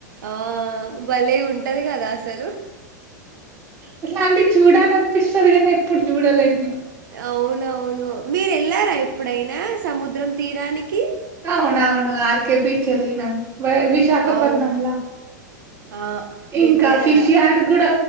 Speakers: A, on the right (about 80°); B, on the right (about 25°).
A: ఆ భలే ఉంటది కదా అసలు
B: అట్లాంటివి చూడాలనిపిస్తుది కానీ ఎప్పుడు చూడలేను నేను
A: అవునవును మీరు వెళ్లారా ఎప్పుడైనా సముద్రం తీరానికి
B: అవునవును ఆర్కె బీచ్ వెళ్లినం వ విశాఖపట్నంలా
A: అవునా? ఆ!
B: ఇంకా
A: వెళ్ళారా?
B: ఫిష్ యార్డ్ కూడా